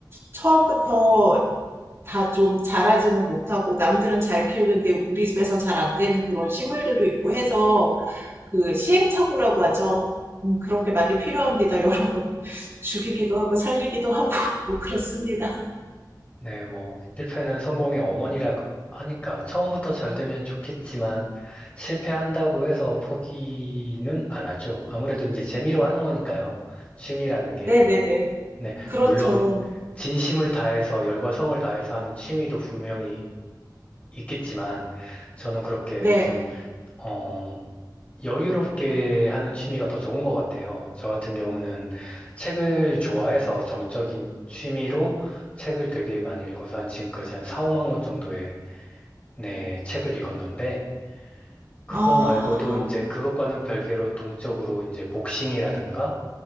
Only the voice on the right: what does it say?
처음부터 다 좀 자라지는 못하고 남들은 잘 키우는데 우리 집에선 잘 안 되는 그런 식물들도 있고 해서 그 시행착오라고 하죠. 음, 그런 게 많이 필요합니다, 여러분. <laughs> 죽이기도 하고 살리기도 하고 <laughs> 뭐 그렇습니다.
네네네.
그렇죠.
네.
아,